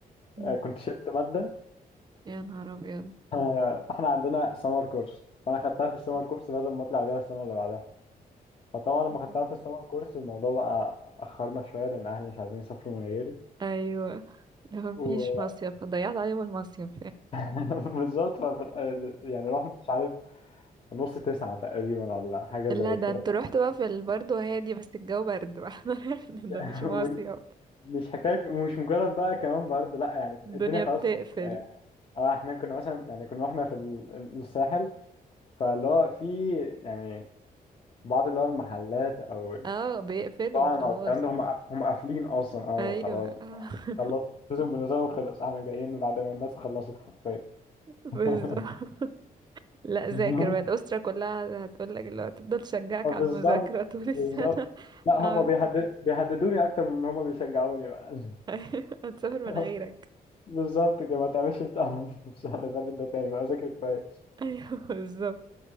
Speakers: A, on the right (about 30°); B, on the left (about 40°).
A: مم.
B: آه، كنت شلت مادة
A: يا نهار ابيض
B: آه، فاحنا عندنا سمر كورس فانا خدتها في السمر كورس بدل ما اطلع بيها السنة اللي بعدها فطبعا لما
A: مم.
B: خدتها في السمر كورس الموضوع بقى اخرنا شوية لان اهلي مش عايزين يسافروا من غيري
A: ايوه لو مفيش
B: و
A: مصيف ضيعت عليهم المصيف
B: <laughs> بالظبط ففي الآ- يعني رحنا مش عارف نص تسعة تقريبا ولا حاجة
A: لا
B: زي
A: ده
B: كده
A: انتوا رحتوا بقى في ال- برضه هادي بس الجو برد بقى <laughs> احنا رحنا
B: <laughs>
A: ده مش مصيف
B: مش حكاية ومش مجرد بقى كمان برضه لا يعني
A: الدنيا
B: الدنيا خلاص
A: بتقفل
B: فاضية يعني اه احنا كنا مثلا يعني كنا احنا في ال- ال- الساحل فاللي هو في يعني بعض اللي هو المحلات او
A: اه بيقفلوا
B: المطاعم
A: خلاص
B: او الكلام ده هم قاف- هم قافلين اصلا اه
A: ايوه
B: خلاص
A: <laughs>
B: خلاص السيزون بالنسبة لهم خلص احنا جايين بعد ما الناس خلصت حرفيا
A: بالظبط
B: <laughs>
A: لا ذاكر
B: هم
A: بقى الاسره كلها هتقول لك اللي هو تفضل تشجعك
B: آه بالظبط
A: على المذاكره طول السنه
B: بالظبط
A: <laughs>
B: لا
A: لا
B: هم بيهدد بيهددوني اكتر من ان هم بيشجعوني بقى
A: أيوة، هتسافر من
B: <laughs>
A: غيرك
B: بالظبط كده ما تعملش انت <laughs> عملت في السنة اللي فاتت ده تاني بقى ذاكر كويس
A: <laughs> ايوه بالظبط